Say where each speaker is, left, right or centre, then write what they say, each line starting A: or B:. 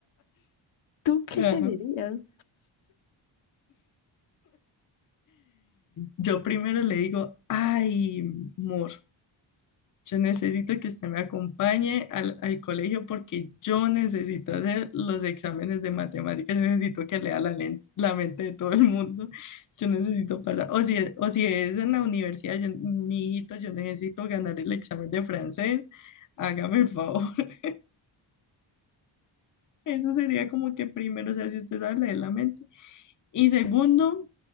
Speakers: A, on the left (about 75°); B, on the left (about 40°).
A: ¿Tú qué
B: Ajá.
A: le dirías?
B: Yo primero le digo, ay, amor. Yo necesito que usted me acompañe al, al colegio porque yo necesito hacer los exámenes de matemáticas, yo necesito que lea la, len- la mente de todo el mundo, yo necesito pasar, o si es, o si es en la universidad, yo, mi hijito, yo necesito ganar el examen de francés, hágame el favor. <laughs> Eso sería como que primero, o sea, si usted sabe leer la mente. Y segundo,